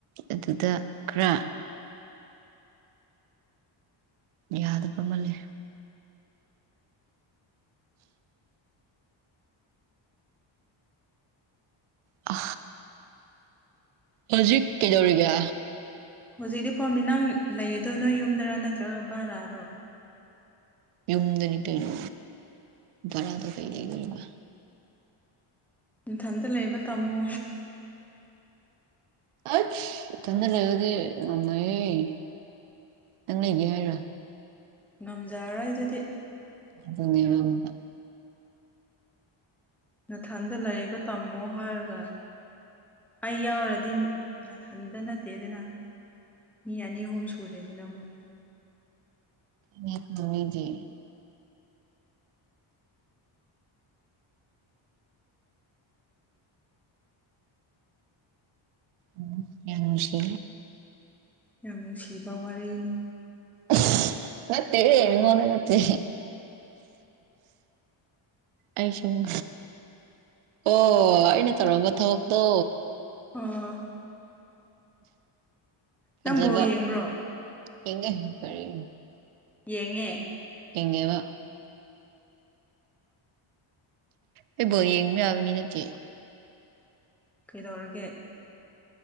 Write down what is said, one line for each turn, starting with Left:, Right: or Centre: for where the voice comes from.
Right: ꯑꯗꯨꯗ ꯈꯔ ꯌꯥꯗꯕ ꯑꯃꯜꯂꯦ ꯑ ꯍꯧꯖꯤꯛ ꯀꯩꯗꯧꯔꯤꯒꯦ
Centre: ꯍꯧꯖꯤꯛꯇꯤ ꯄꯥꯝꯃꯤ ꯅꯪ ꯂꯩꯌꯦꯗꯣꯏ ꯅꯣꯏ ꯌꯨꯝꯗꯔꯥ ꯅꯠꯇ꯭ꯔꯒ ꯕꯥꯔꯛꯔꯣ
Right: ꯌꯨꯝꯗꯅꯤ ꯀꯩꯅꯣ ꯚꯔꯥꯗꯣ ꯀꯩ ꯂꯩꯗꯣꯔꯤꯕ
Centre: ꯏꯊꯟꯇ ꯂꯩꯕ ꯇꯥꯝꯃꯣ
Right: ꯑꯁ ꯏꯊꯟꯗ ꯂꯩꯔꯗꯤ ꯉꯝꯉꯥꯏꯌꯦꯦ ꯅꯪ ꯂꯩꯒꯦ ꯍꯥꯏꯔꯥ
Centre: ꯉꯝꯖꯔꯔꯣꯏ ꯑꯗꯨꯗꯤ
Right: ꯑꯗꯨ
Centre: ꯅꯥꯊꯟꯗ ꯂꯩꯕ ꯇꯝꯃꯣ ꯍꯥꯏꯔꯒ ꯑꯩ ꯌꯥꯎꯔꯗꯤ ꯅꯥꯊꯟꯇ ꯅꯠꯇꯦꯗꯅ ꯃꯤ ꯑꯅꯤ ꯑꯍꯨꯝ ꯁꯨꯔꯦꯗꯅ ꯑꯃꯨꯛ
Right: ꯅꯤ ꯑꯗꯨꯃꯤꯗꯤ ꯎ ꯌꯥ ꯅꯨꯁꯤ
Centre: ꯌꯥꯝ ꯅꯨꯡꯁꯤꯕ ꯋꯥꯔꯤꯅꯤ
Right: <unintelligible> ꯃꯠꯇꯦꯍꯦ ꯅꯤꯉꯣꯟꯗ ꯅꯠꯇꯦ ꯑꯩꯁꯨ <unintelligible> ꯑꯣ ꯑꯩꯅ ꯇꯧꯔꯝꯕ ꯊꯕꯛꯇꯣ
Centre: ꯑꯥ
Right: ꯐꯖꯕ
Centre: ꯅꯪ ꯕꯣꯜ ꯌꯦꯡꯕ꯭ꯔꯣ
Right: ꯌꯦꯡꯒꯦ ꯀꯔꯤ
Centre: ꯌꯦꯡꯉꯦ
Right: ꯌꯦꯡꯒꯦꯕ ꯑꯩ ꯕꯣꯜ ꯌꯦꯡꯕ ꯌꯥꯕ ꯃꯤꯅꯠꯇꯦ
Centre: ꯀꯩꯗꯧꯔꯒꯦ